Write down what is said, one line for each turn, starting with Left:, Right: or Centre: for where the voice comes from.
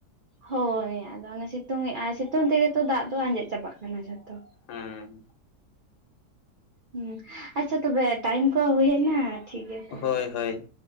Right: ᱦᱳᱭ ᱟᱫᱚ ᱚᱱᱮ ᱥᱤᱛᱩᱝ ᱮᱜᱟᱭ, ᱥᱤᱛᱩᱝ ᱛᱮᱜᱮ ᱛᱚ ᱫᱟᱜ ᱫᱚ ᱟᱸᱡᱮᱫ ᱪᱟᱵᱟᱜ ᱠᱟᱱᱟ ᱡᱷᱚᱛᱚ᱾
Left: ᱦᱮᱸ᱾
Right: ᱦᱩᱸ ᱟᱪᱪᱷᱟ ᱛᱚᱵᱮ ᱴᱟᱭᱤᱢ ᱠᱚ ᱦᱚ ᱦᱩᱭ ᱦᱮᱡ ᱮᱱᱟ, ᱴᱷᱤᱠ ᱜᱮᱭᱟ ᱛᱚᱵᱮ᱾
Left: ᱦᱳᱭ ᱦᱳᱭ